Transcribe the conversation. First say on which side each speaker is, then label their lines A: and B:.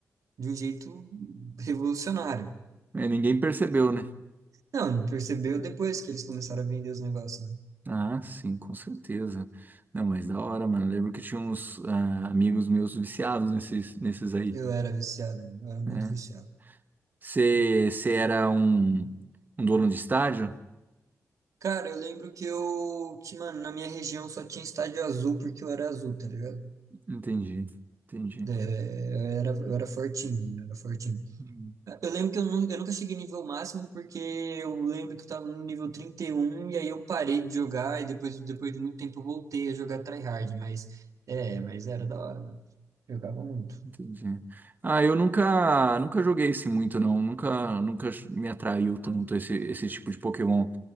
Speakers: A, on the right (about 70°); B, on the right (about 30°).
A: de um jeito revolucionário.
B: É, ninguém percebeu, né?
A: Não, percebeu depois que eles começaram a vender os negócios, né?
B: Ah, sim, com certeza. Não, mas da hora, mano. Eu Lembro que tinha uns ah, amigos meus viciados nesses, nesses aí,
A: Eu era viciado, mano, eu era muito
B: né?
A: viciado.
B: Você era um, um dono de estádio?
A: Cara, eu lembro que eu, que, mano, na minha região só tinha estádio azul porque eu era azul, tá ligado?
B: Entendi, entendi,
A: É, eu era, eu era fortinho, eu era fortinho.
B: Hum,
A: Eu lembro que eu, nu- eu nunca cheguei no nível máximo, porque eu lembro que eu tava no nível 31 e um, e aí eu parei de jogar e depois, depois de muito tempo eu voltei a jogar tryhard, mas é, mas era da hora, mano. Jogava muito.
B: entendi. Ah, eu nunca, nunca joguei esse muito não, nunca, nunca me atraiu tanto esse, esse tipo de Pokémon,